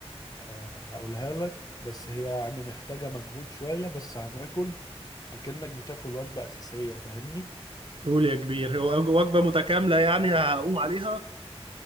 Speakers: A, on the left; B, on the right.
A: آه هقولها لك بس هي يعني محتاجة مجهود شوية بس هتاكل اكنك بتاكل وجبة اساسية فاهمني
B: قول يا كبير هو وجبة متكاملة يعني هقوم عليها